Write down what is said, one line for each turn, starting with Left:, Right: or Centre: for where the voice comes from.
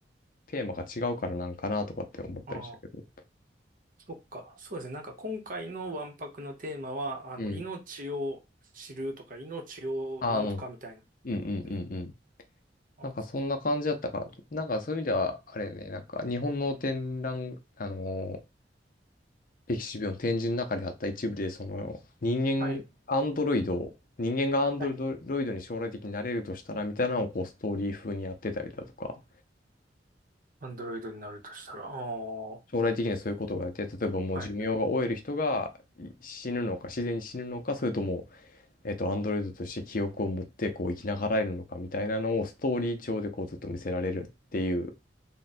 Left: テーマが違うからなんかなとかって思ったりしたけど。
Right: あー、そっか。そうですね。なんか今回の万博のテーマは、あの、
Left: うん。
Right: 命を知るとか、命をなんとかみたいなやつですね。
Left: あ、うん。うんうんうんうん。
Right: あー
Left: なんかそんな感じだったから、なんかそういう意味では、あれね、なんか日本の展覧、あのーエキシビオン展示の中であった一部で、その人間、
Right: はい。
Left: アンドロイドを、人間がアンドロイドに将来的になれるとしたらみたいなのをこうストーリー風にやってたりだとか、
Right: はい。アンドロイドになるとしたら、ああ、は
Left: 将来的にはそういうことがあって、例えばもう寿命が終える人が
Right: い。う
Left: 死ぬのか、自然に死ぬのか、それとも、えっと、アンドロイドとして記憶を持ってこう生きながらえるのかみたいなのをストーリー調でこうずっと見せられるっていう、